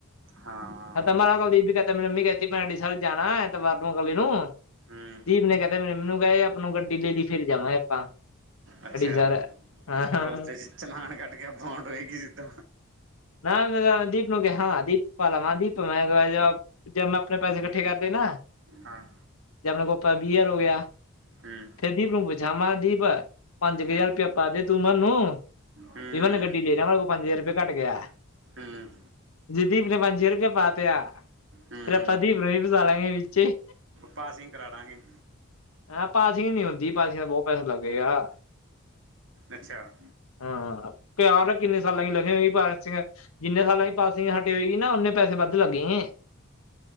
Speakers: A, on the right; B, on the left.
A: ਹਾਂ
B: ਓ, ਤਾ ਮਾਰਾ ਕਲਦੀਪ ਵੀ ਕੈਰਤਾ ਮੇਰੀ ਮੰਮੀ ਕੇਰੀ ਭੈਣਡੀ ਸ ਜਾਣਾ ਐਤਵਾਰ ਨੂੰ ਅਗਲੇ ਨੂੰ,
A: ਹੂੰ
B: ਦੀਪ ਨੇ ਕਹਿ ਤਾਂ, ਮੇਰ ਮਮੀ ਕਹਿ ਆਪ ਨੂੰ ਗੱਡੀ ਫੇਰ ਜਾਵਾਗੇ, ਆਪਾ
A: ਅੱਛਾ
B: ਅੜੀ ਸਇਬ ਜ਼ਾਰ ਅਹਾ,
A: ਉਸਤੇ ਚਲਾਨ ਕੱਟ ਕੇ ਬੌਂਡ ਹੋਏਗੀ ਸਿੱਧਾ
B: ਨਾ ਮੇਰਾ ਦੀਪ ਨੂੰ ਕੇਹਾ ਪਲਾਮਾ ਦੀਪ ਮੈਂ ਜਅ ਮੈਂ ਆਪਣੇ ਪੈਸੇ ਕੱਠੇ ਕਰ ਲੇ ਨਾ,
A: ਹਾਂ
B: ਜਦ ਮੇਰੇ ਕੋਲ‌ ਪ ਵੀਹ- ਹਜ਼ਾਰ ਹੋ ਗਿਆ।
A: ਹੂੰ
B: ਫੇਰ ਦੀਪ ਨੂੰ ਪੁੱਛਾਂ ''ਮੈਂ ਦੀਪ। ਪੰਜ- ਕੁ ਹਜ਼ਾਰ
A: ਹੂੰ
B: ਰੁਪਇਆ ਪਾਦੇ ਤੂੰ ਮਾਨੂੰ
A: ਹੂੰ
B: ਵੀ ਮਾਨੇ ਗੱਡੀ ਲੈ ਰਿਆ ਮਾਰੇ ਕੋਲ ਪੰਜ- ਹਜ਼ਾਰ ਰੁਪਇਆ ਘੱਟ ਗਿਆ,
A: ਹੂੰ
B: ਜੇ ਦੀਪ ਨੇ ਪੰਜ ਹਜ਼ਾਰ ਰੁਪਆ ਪਾ ਤੇ, ਆ
A: ਹੂੰ
B: ਫਿਰ ਆਪਾਂ ਦੀਪ ਨੂੰ ਵੀ ਫਸਾਲਾਂਗੇ ਵਿੱਚੇ।
A: ਪਾਸਿੰਗ ਕਰਾ ਦਾਂਗੇ
B: ਆਪ ਪਾਸਿਂਗ ਨੀ ਹੁੰਦੀ ਪਾਸੀਆਂ ਤ ਬਹੁ ਪੈਸੇ ਲੱਗੇ ਗਾ,
A: ਅੱਛਾ
B: ਹਾਂ ਪਿਆਰ ਕਿੰਨੇ ਸਾਲਾਂ ਕ ਲਖੇਗੀ ਪਾਸਿਂਗ? ਜਿੰਨੇ ਸਾਲਾਂ ਦੀ ਪਾਸਿਂਗ ਹਟੇ ਹੋਈ ਗੀ, ਨਾ ਓਨੇ ਪੈਸੇ ਵੱਧ ਲੱਗੇਏ।